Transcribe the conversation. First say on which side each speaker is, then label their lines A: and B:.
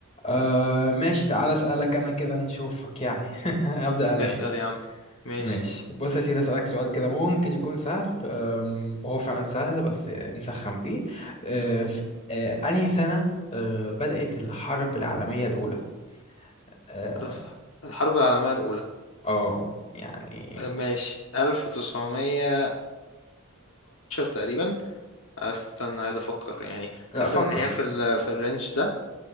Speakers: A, on the left (about 30°); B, on the left (about 65°).
A: آه ماشي تعال اسألك انا كده نشوفك يعني <laughs> ابدأ انا
B: اسال
A: يعني
B: يا عم ماشي
A: ماشي بص يا سيدي أسألك سؤال كده ممكن يكون سهل أم، وهو فعلا سهل بس نسخن بيه أه، في أه، أنهي سنة أه، بدأت الحرب العالمية الأولى؟ اه
B: الف- الحرب العالميه الاولى
A: آه، يعني
B: ماشي 1914 تقريبا استنى عايز افكر يعني حاسس
A: لا فكر
B: ان هي في ال في الرينج ده